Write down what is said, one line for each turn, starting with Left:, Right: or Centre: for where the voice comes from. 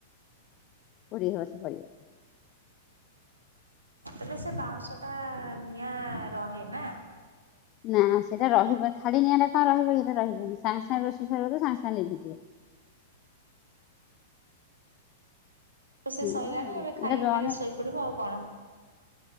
Left: ପୋଡ଼ିହବ ସେ ପରିବା।
Right: ତାହେଲେ ସେ ବାଉଁଶ ଟା ନିଆଁ ରହେ ନା?
Left: ନା ସେଇଟା ରହିବନି ଖାଡି ନିଆଁ ଟା କଣ ରହିବକି ସେଇଟା ରହିବନି ସାଙ୍ଗ ସାଙ୍ଗ ରୋଷେଇ ସରିବ ତ ସାଙ୍ଗେ ସାଙ୍ଗେ ଲିଭିଯିବ।
Right: ରୋଷେଇ
Left: ଏଇଆ
Right: ସଇଲାଣି
Left: ଆଉ
Right: ଏବେ ଖାଇକି
Left: ଏଇଟା ଜଣେ
Right: ଖାଲି ଶୋଇପଡିବୁ ଆଉ କଣ?